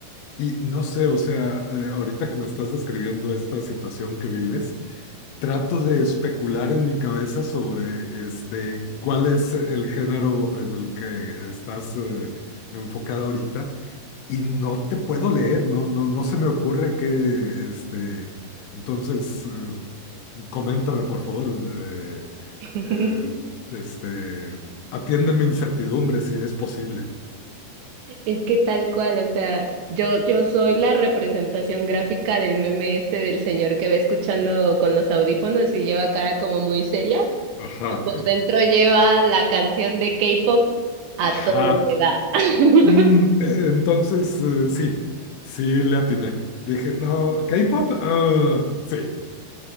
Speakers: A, on the left (about 80°); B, on the right (about 75°).
A: Y no sé, o sea, eh, ahorita que me estás describiendo esta situación que vives. trato de especular en mi cabeza sobre este, cuál es el género en el que estás eh, enfocada ahorita y no te puedo leer, no, no, no se me ocurre que, este, entonces, eh, coméntame por favor, eh,
B: <laughs>
A: eh, este, atiende mi incertidumbre si es posible.
B: Es que tal cual, o sea, yo, yo soy la representación gráfica del meme este del señor que va escuchando con los audífonos y lleva cara como muy seria
A: Ajá,
B: y por dentro lleva la canción de K-pop a
A: ajá.
B: todo lo que da. <laughs>
A: Mm, eh, entonces, eh, sí, sí le atiné. Dije, no, K-pop, ah, sí.